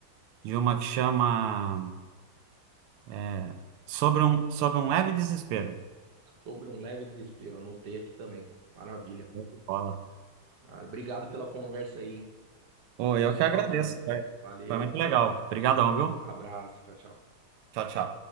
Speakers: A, on the right; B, on the right.
A: de uma que chama é, Sobre um, Sobre um Leve Desespero.
B: Sobre um leve desespero. Anotei aqui também. Maravilha.
A: Show de Bola.
B: Cara, obrigado pela conversa aí, hein?
A: Oh,
B: Vamos
A: eu
B: se
A: que agradeço.
B: falando aí.
A: Foi,
B: Valeu.
A: foi muito legal. Obrigadão, viu?
B: Abraço. Tchau, tchau.
A: Tchau, tchau.